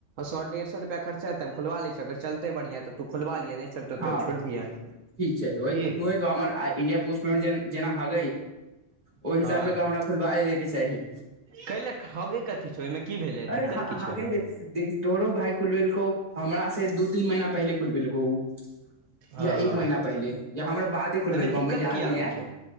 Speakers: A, on the right; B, on the right.
A: स डेढ़ सए रुपआ खर्चा हेै हम खोलवा लै छी अगर चल। चलतै बढ़िया तऽ तू खोलबा लिहे नहि चलतौ
B: हँ
A: त छोड़ दिहे
B: ठीक छै ओहि
A: की।
B: उहे तऽ हमर इंडिया पोस्ट पेंट जेना <unintelligible> ओहि हिसाबसँ
A: हँ
B: तऽ हमरा खुलबा लैके चाही।
A: कैले खगे कथी छौ ओहिमे की भेलै
B: अरे
A: दिक्कत
B: हे
A: की
B: हगे
A: छौ ओहिमे
B: दे देख तोहरो भाय खुलबेलकौ हमरास से दू तीन महीना पहिले खुलबेलकौ ओ।
A: हँ
B: या एक
A: हँ
B: महीना पहिले या हमरा बादे खुलबेलकौ
A: ओहिमे दिक्कत
B: हमो याद
A: की
B: नहि
A: आबै
B: या।
A: छौ